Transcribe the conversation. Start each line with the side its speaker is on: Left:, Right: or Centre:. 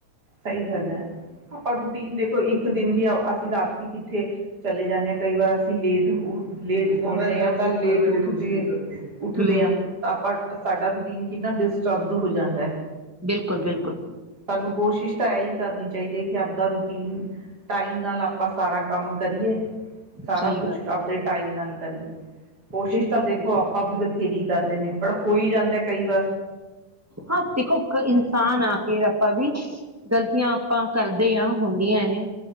Right: ਸਹੀ ਗੱਲ ਹੈ ਆਪਾਂ ਰੂਟੀਨ ਦੇਖੋ ਇ ਇੱਕ ਦਿਨ ਵੀ <unintelligible> ਅਸੀਂ ਰਾਤ ਕਿੱਥੇ ਚਲੇ ਜਾਂਦੇ ਹਾਂ ਕਈ ਵਾਰ ਲੇਟ ਲੇਟ ਪਾਉਂਦੇ ਹ <unintelligible> ਤਾਂ ਲੇਟ ਉੱਠਦੇ ਉੱਠਦੇ
Centre: ਹਮ
Right: ਹਾਂ ਤਾਂ ਆਪਾਂ ਸਾਡਾ <unintelligible> ਕਿੰਨਾ ਡਿਸਟਰਬ ਹੋ ਜਾਂਦਾ ਹੈ
Centre: ਬਿਲਕੁਲ ਬਿਲਕੁਲ
Right: ਸਾਨੂੰ ਕੋਸ਼ਿਸ਼ ਤਾਂ ਹੈਈ ਕਰਨੀ ਚਾਹੀਦੀ ਹੈ ਕਿ ਆਪਦਾ ਰੂਟੀਨ ਟਾਈਮ ਨਾਲ ਆਪਾਂ ਸਾਰਾ ਕੰਮ ਕਰੀਏ ਸਾਰਾ
Centre: ਸਹੀ
Right: ਕੁੱਛ
Centre: ਗੱਲ
Right: ਆਪਦੇ ਟਾਈਮ ਨਾਲ ਕੀਕਰੀਏ ਕੋਸ਼ਿਸ਼
Centre: ਬਿਲਕੁਲ
Right: ਤਾਂ ਦੇਖੋ ਆਪਾਂ ਵੀ ਵਧੀਆ ੇਰੀ ਕਰਦੇ ਨੇ ਪਰ ਹੋਈ ਜਾਂਦੇ ਕਈ ਵਾਰ
Centre: ਹਾਂ ਦੇਖੋ ਇੱਕ ਇਨਸਾਨ ਆ ਕੇਿਰ ਆਪਾਂ ਵੀ ਗਲਤੀਆਂ ਆਪਾਂ ਕਰਦੇ ਹਾਂ ਹੁੰਦੀਆਂ ਨੇ